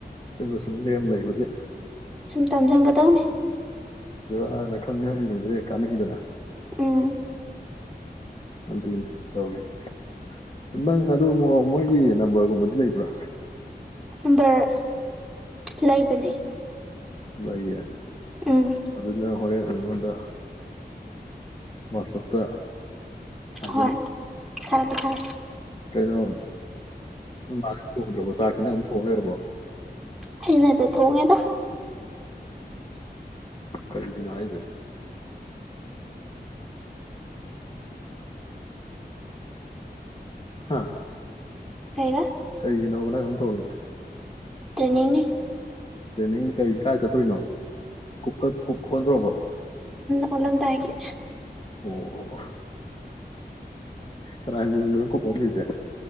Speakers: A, on the left (about 30°); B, in the centre.
A: ꯌꯨꯝꯗ ꯁꯨꯝ ꯂꯦꯝ ꯂꯩꯕꯖꯦ
B: ꯇꯝꯖꯟꯒꯗꯧꯅꯤ
A: ꯔꯥꯅ ꯈꯪꯉꯦꯔꯨꯅꯦꯦ ꯀꯥꯟꯅꯈꯤꯗꯅ
B: ꯎꯝ
A: ꯑꯗꯨꯅꯤ ꯇꯧꯔꯤꯁꯤ ꯅꯪ ꯑꯗꯨ ꯃꯣꯏꯒꯤ ꯅꯝꯕꯔꯒꯨꯝꯕꯗꯤ ꯂꯩꯕ꯭ꯔꯥ?
B: ꯅꯝꯕꯔ ꯂꯩꯕꯅꯦ꯫
A: ꯂꯩꯌꯦ
B: ꯎꯝ
A: ꯑꯗꯨ ꯅꯪ ꯍꯧꯔꯦꯟ ꯑꯩꯉꯣꯟꯗ ꯋꯥꯆꯞꯇ ꯊꯥꯖꯤꯜꯂꯣ
B: ꯍꯣꯏ ꯊꯥꯔꯛꯀꯦ ꯊꯥꯔꯛꯀꯦ
A: ꯀꯩꯅꯣ ꯅꯣꯏꯃꯥꯗꯤ ꯊꯣꯡꯗꯔꯕꯣ ꯆꯥ ꯆꯥꯛꯁꯤ ꯅꯪ ꯑꯗꯨꯝ ꯊꯣꯡ ꯂꯩꯔꯕꯣ?
B: ꯑꯩꯅꯗ ꯊꯣꯡꯉꯦꯗ꯫
A: ꯀꯔꯤꯒꯤꯅꯣ ꯍꯥꯏꯖꯦ? ꯍꯥ
B: ꯀꯩꯕ
A: ꯀꯩꯒꯤꯅꯣꯕ? ꯅꯪ ꯑꯗꯨꯝ ꯊꯣꯡꯉꯤꯖꯦ?
B: ꯇ꯭ꯔꯦꯅꯤꯡꯅꯤ
A: ꯇꯔꯦꯅꯤꯡꯅ ꯀꯔꯤ ꯀꯥꯏ ꯆꯠꯇꯣꯏꯅꯣ? ꯀꯨꯀ ꯀꯨꯛ ꯑꯣꯟꯗꯣꯔꯕꯣ?
B: ꯑꯣꯂꯝꯗꯥꯥꯏꯒꯤ꯫
A: ꯑꯣ ꯀꯅꯥꯏ ꯃꯌꯨꯝꯗꯅꯣ ꯀꯨꯛ ꯑꯣꯟꯗꯣꯏꯖꯦ?